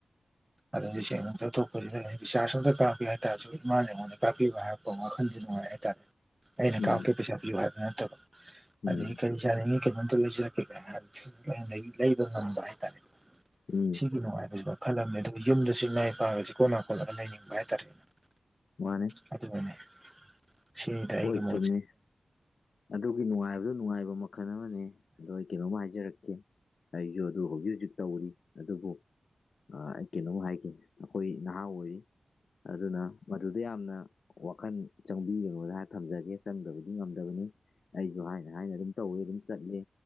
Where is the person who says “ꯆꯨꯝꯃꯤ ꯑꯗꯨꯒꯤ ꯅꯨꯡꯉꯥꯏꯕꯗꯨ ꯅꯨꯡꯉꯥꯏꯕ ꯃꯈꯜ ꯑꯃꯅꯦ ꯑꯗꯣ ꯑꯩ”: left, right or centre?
Left